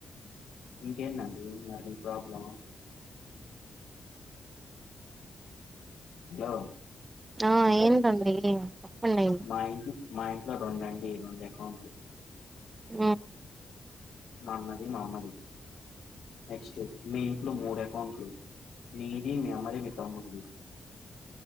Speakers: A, on the left (about 85°); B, on the right (about 30°).
A: ఇంకేంటండి మరి ప్రాబ్లం హాలో
B: ఆ ఏంటి అండి చెప్పండి
A: మా ఇంట్లో మా ఇంట్లో రెండు అండి రెండు అకౌంట్లు
B: ఆ
A: మా అన్నది మా అమ్మది నెక్స్ట్ మీ ఇంట్లో మూడు అకౌంట్లు మీది మీ అమ్మది మీ తమ్ముడిది